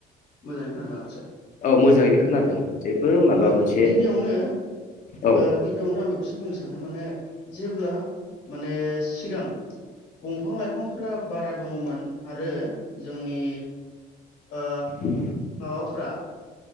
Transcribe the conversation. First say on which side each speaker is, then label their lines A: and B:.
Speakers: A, on the left; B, on the left.
A: मोजां खोनादों आदसा
B: औ मोजाङैनो
A: दे
B: खोनादों जेबो माबा
A: होनबा
B: मोनसे
A: गिबियावनो
B: औ
A: ओ गिबियावनो आं बेखौ सो बुंनो सानो माने जेब्ला माने सिगां दंफां लाइफांफ्रा बारा दङमोन आरो जोंनि ओ
B: <inaudible>
A: अफ्रा